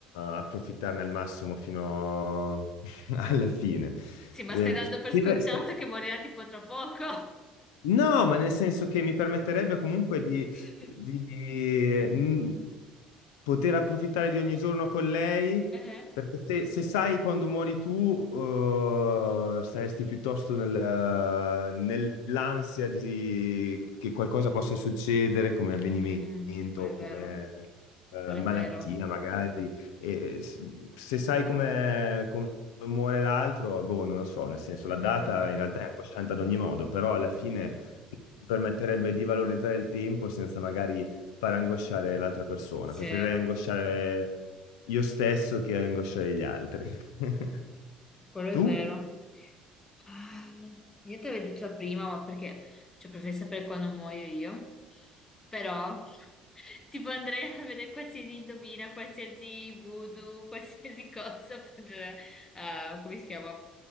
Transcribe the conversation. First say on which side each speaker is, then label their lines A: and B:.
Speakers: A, on the left; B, on the left.
A: approfittarne al massimo fino <laughs> alla fine.
B: Sì, ma
A: Eh,
B: stai dando per scontato
A: sapere-
B: che morirà tipo tra poco.
A: No, ma nel senso che mi permetterebbe comunque di,
B: <laughs>
A: di, mh, poter approfittare di ogni giorno con lei,
B: Eh?
A: perché se, se sai quando muori tu, eh, saresti piuttosto nel- nell'ansia di, che qualcosa possa succedere come avvenimento,
B: Mm, mm, mm. Quello è
A: come,
B: vero.
A: eh,
B: Quello
A: malattia
B: è vero.
A: magari. E s- se sai come, come muore l'altro, boh, non lo so, nel senso
B: Mm,
A: la data
B: mm, mm, mm,
A: in
B: mm.
A: realtà è angosciante ad ogni modo, però alla
B: Mm,
A: fine
B: mm, mm.
A: permetterebbe di valorizzare il tempo senza magari far angosciare l'altra persona.
B: Sì,
A: Preferirei angosciare io stesso che angosciare gli altri. <laughs>
B: quello è
A: Tu?
B: vero. Ah, io te l'avevo detto la prima, ma perché cioè, preferisco sapere quando muoio io. Però, tipo, andrei a vedere qualsiasi indovina, qualsiasi voodoo, qualsiasi cosa per, eh, come si chiama?